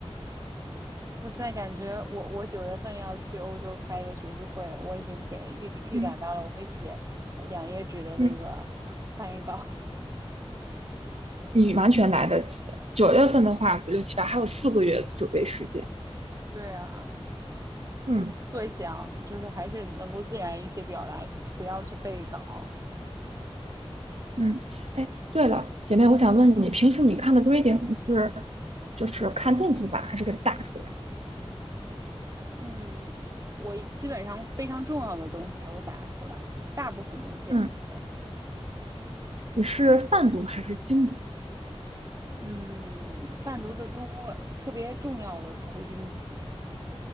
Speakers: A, on the right; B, on the right.
A: 我现在感觉我我九月份要去欧洲开一个学术会，我已经给预预感到了，
B: 嗯
A: 我会写两页纸的那个啊翻译稿。
B: 嗯你完全来得及九月份的话，五六七八还有四个月准备时间，
A: <laughs> 对啊，
B: 嗯。
A: 我就特想就是还是能够自然一些表达，不要去背稿。
B: 嗯，哎，对了，姐妹，我想问你，平时你看的 reading 是就是看电子版还是给打出来？
A: 嗯，我基本上非常重要的东西才会打出来，大部分都是电子的。
B: 嗯，你是泛读还是精读？
A: 嗯，泛读的多，特别重要的才会精读。